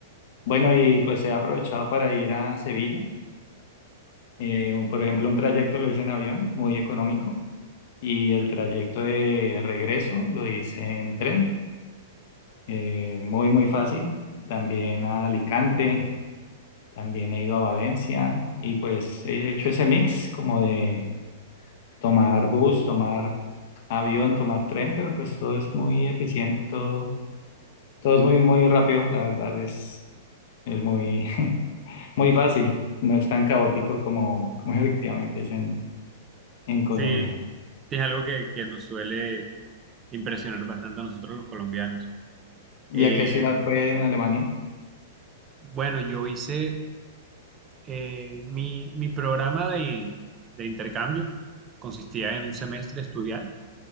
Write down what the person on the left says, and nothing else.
Bueno, y pues he aprovechado para ir a Sevilla. Eh, un- por ejemplo, un trayecto lo hice en avión, muy económico, y el trayecto de regreso lo hice en tren, eh, muy, muy fácil. También a Alicante, también he ido a Valencia y pues he hecho ese mix como de tomar bus, tomar avión, tomar tren, pero pues todo es muy eficiente, todo, todo es muy, muy rápido, la verdad es. Es muy, <laughs> muy fácil, no es tan caótico como, como <laughs> efectivamente es en, en Colombia.
¿Y
a qué ciudad fue en Alemania?